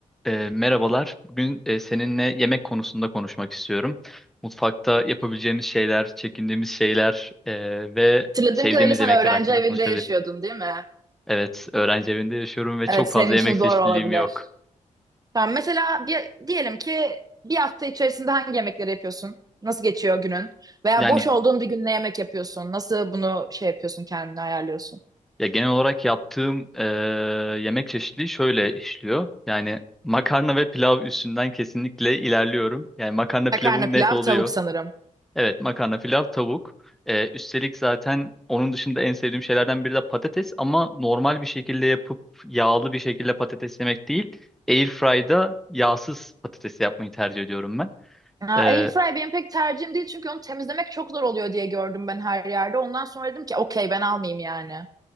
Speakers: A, in the centre; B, on the right (about 30°).
A: E, merhabalar. Bugün e, seninle yemek konusunda konuşmak istiyorum. Mutfakta yapabileceğimiz şeyler, çekindiğimiz şeyler e, ve
B: Hatırladığım
A: sevdiğimiz
B: kadarıyla sen
A: yemekler
B: öğrenci
A: hakkında
B: evinde
A: konuşabilirim.
B: yaşıyordun, değil mi?
A: Evet, öğrenci evinde yaşıyorum ve
B: Evet,
A: çok
B: senin
A: fazla yemek
B: için zor
A: çeşitliliğim
B: olabilir.
A: yok.
B: Tamam, mesela bir, diyelim ki bir hafta içerisinde hangi yemekleri yapıyorsun? Nasıl geçiyor günün? Veya
A: Yani
B: boş olduğun bir gün ne yemek yapıyorsun? Nasıl bunu şey yapıyorsun, kendini ayarlıyorsun?
A: ya genel olarak yaptığım e, yemek çeşitliliği şöyle işliyor. Yani makarna ve pilav üstünden kesinlikle ilerliyorum. Yani makarna
B: Makarna,
A: pilavım
B: pilav,
A: net oluyor.
B: tavuk sanırım.
A: Evet makarna, pilav, tavuk. Ee, üstelik zaten onun dışında en sevdiğim şeylerden biri de patates ama normal bir şekilde yapıp yağlı bir şekilde patates yemek değil. Airfry'da yağsız patates yapmayı tercih ediyorum ben.
B: Aa,
A: Ee,
B: Air fry benim pek tercihim değil çünkü onu temizlemek çok zor oluyor diye gördüm ben her yerde. Ondan sonra dedim ki okey ben almayayım yani.